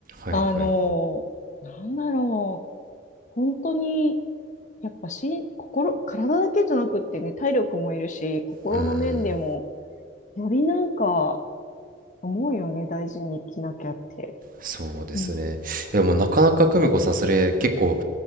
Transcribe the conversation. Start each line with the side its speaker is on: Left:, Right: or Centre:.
Right: あ。はいはい。
Left: あの、なんだろう、本当に、やっぱし、心、体だけじゃなくってね、体力もいるし、心の面でも、
Right: うーん。
Left: よりなんか、思うよね、大事に生きなきゃって。
Right: そうですね。
Left: うん。
Right: でもなかなか久美子さん、それ結構